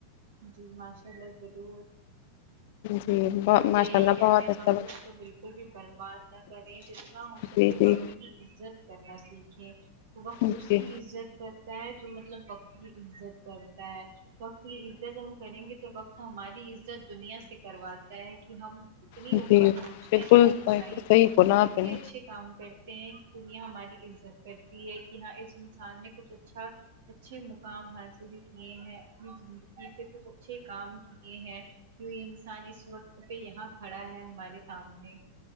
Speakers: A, on the right; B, on the left.
A: جی ماشاء اللہ ضرور
B: جی
A: ہم
B: ماشاء
A: تو یہی
B: اللہ
A: کہتے
B: بہت
A: ہیں
B: اچھا
A: وقت کو تو بالکل بھی برباد نہ کریں جتنا ہو سکے
B: جی جی
A: وقت کی عزت کرنا سیکھے وقت
B: جی
A: اس کی عزت کر تا جو مطلب وقت کی عزت کرتا ہے وقت کی عزت ہم کریں گے تو وقت ہماری عزت دنیا سے کروات تا ہے کی ہم اتنی
B: جی
A: اوپر پہنچتے
B: بالکل
A: ہیں اتنی اونچائی
B: بالکل صحیح
A: پے
B: بولا آپ
A: اتنی
B: نے
A: اچھے کام کرتے ہیں کی دنیا ہماری عزت کرتی ہے کی ہاں اس انسان نے کچھ اچھا اچھے مقام حاصل کیے ہیں اپنی زندگی پے کچھ اچھے کام کیے ہیں کی وہ انسان اس وقت پے یہاں کھڑا ہے ہمارے سامنے